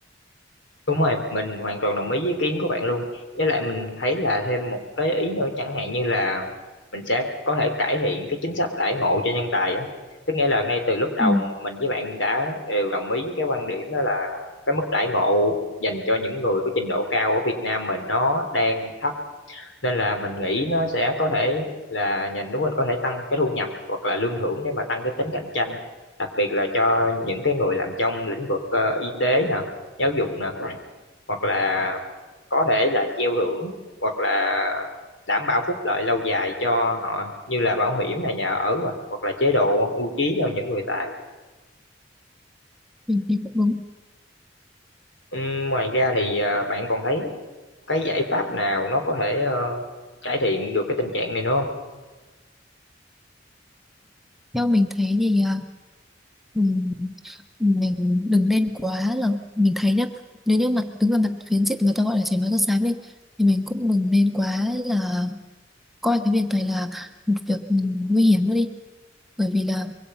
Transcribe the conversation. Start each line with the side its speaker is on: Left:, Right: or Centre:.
Left: Đúng rồi, mình hoàn toàn đồng ý với ý kiến của bạn luôn. Với lại mình thấy là thêm một cái ý nữa chẳng hạn như là mình sẽ có thể cải thiện cái chính sách đãi ngộ cho nhân tài á. Tức nghĩa là ngay từ lúc đầu
Centre: ừ.
Left: mình với bạn đã đều đồng ý với cái quan điểm đó là cái mức đãi ngộ dành cho những người có trình độ cao ở Việt Nam mình nó đang thấp nên là mình nghĩ nó sẽ có thể là nhà nước mình có thể tăng cái thu nhập hoặc là lương thưởng để mà tăng cái tính cạnh tranh đặc biệt là cho những cái người làm trong lĩnh vực ờ, y tế nè giáo dục nè hoặc là có thể là treo thưởng hoặc là đảm bảo phúc lợi lâu dài cho họ như là bảo hiểm này nhà ở nè, hoặc là chế độ hưu trí cho những người tài
Centre: mình thấy cũng đúng
Left: Ừm, ngoài ra thì ờ, bạn còn thấy cái giải pháp nào nó có thể ờ, cải thiện được cái tình trạng này nữa không
Centre: theo mình thấy thì uh, mình đừng nên quá là mình thấy nhá nếu như mặt đứng về mặt phiến diện người ta gọi là chảy máu chất xám đi thì mình cũng đừng nên quá là coi cái việc này là một việc nguy hiểm nữa đi bởi vì là